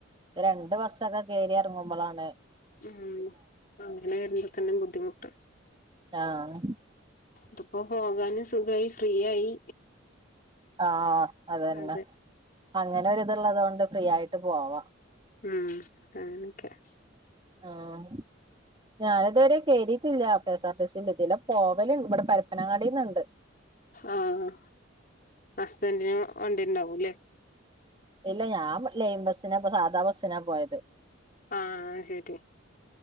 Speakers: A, on the right (about 25°); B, on the left (about 45°).
A: ഇത് രണ്ട് ബസ്സൊക്കെ കേറി എർങ്ങുമ്പളാണ്
B: ഉം അങ്ങനെ വരുമ്പത്തന്നെ ബുദ്ധിമുട്ട്.
A: ആഹ്
B: ഇത്പ്പോ പോകാന് സുഖായി ഫ്രീ ആയി.
A: ആഹ് അതന്നെ
B: അതെ
A: അങ്ങനൊരിതൊള്ളത് കൊണ്ട് ഫ്രീ ആയിട്ട് പോവാം.
B: ഉം അങ്ങനൊക്കെയാ
A: ആഹ് ഞാനിതുവരെ കേറിട്ടില്ല കെ എസ് ആർ ടി സിന്റെ ഇതിലെ പോവൽണ്ട് ഇവിടെ പരപ്പനങ്ങാടിന്ന്ണ്ട്.
B: ആഹ് ഹസ്ബന്റിന് വണ്ടിണ്ടാവുംല്ലേ
A: ഇല്ല ഞാൻ ലെയിം ബസിനാ ഇപ്പൊ സാധാ ബസ്സിനാ പോയത്
B: ആഹ് അത് ശരി